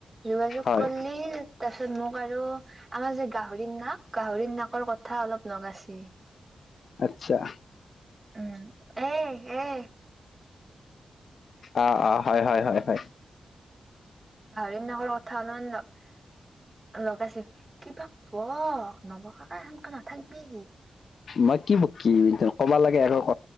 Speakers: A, on the right; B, on the left.
A: যোগাযোগ
B: হয়
A: কললি তাৰ <unintelligible> বাৰু আমাৰ যে গাহৰিৰ নাম গাহৰি ন কথা অলপ লগাইছি
B: আচ্ছা
A: উম'। এ-এ।
B: অ'-অ'-হয়-হয়-হয়-হয়।
A: <inaudible> গাহৰি নাঙৰ কথা অল <unintelligible> লগাইছো কিবা বক, নবকাকে সেনকে নাথাকবি
B: মই কি বকিম ক'বা লাগে এৰ ক